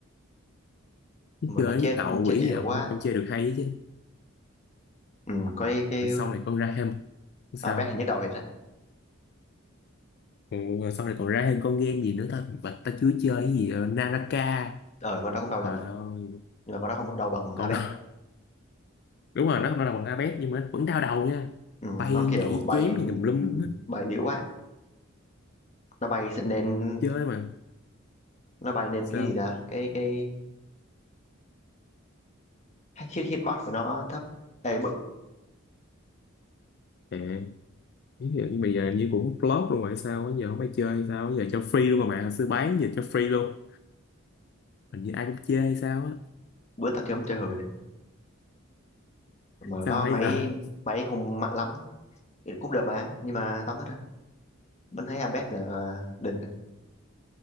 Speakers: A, on the left; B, on the left.
A: cái
B: mà
A: chơi
B: nó chết
A: với đầu
B: chết
A: quỷ
B: yếu
A: gì ông,
B: quá
A: ông chơi được hay chứ
B: ừ, có cái, cái
A: rồi sau này con ra thêm sao
B: à, bé thì nhức đầu thiệt đấy.
A: Ừ, rồi sau này còn ra thêm con game gì nữa ta và ta chưa chơi cái gì ờ, Naraka
B: ờ con đó cũng đau đầu
A: trời
B: nha
A: ơi
B: nhưng mà con đó không đau đầu bằng
A: con
B: Abed
A: đó <laughs> đúng rồi nó không phải là bằng Abet nhưng mà vẫn đau đầu nha
B: ừ,
A: bay
B: nó kiểu
A: nhảy
B: bay
A: chém gì tùm lum
B: ừ,
A: hết
B: bay yếu quá nó bay nên
A: chơi mà
B: nó bay nên
A: sao
B: cái gì đó cái cái hit hitbox của nó thấp Ê, bự
A: à, ví dụ như bây giờ như cũng flop luôn rồi sao bây giờ không phải chơi hay sao bây giờ cho free luôn rồi mà hồi xưa bán giờ cho free luôn hình như ai cũng chơi hay sao á
B: bữa tao chơi chơi hời đấy mà
A: sao
B: đó
A: bây
B: máy
A: giờ
B: máy không mạnh lắm đấy. cũng được mà nhưng mà tao thích đấy vẫn thấy Abed là đỉnh